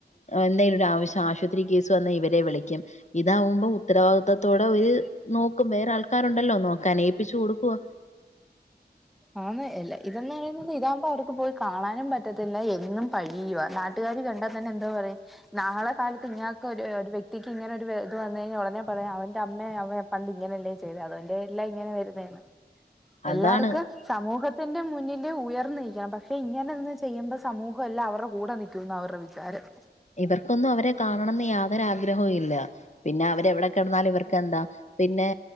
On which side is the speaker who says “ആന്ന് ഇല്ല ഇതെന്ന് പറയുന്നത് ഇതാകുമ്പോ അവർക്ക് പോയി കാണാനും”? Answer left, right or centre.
Centre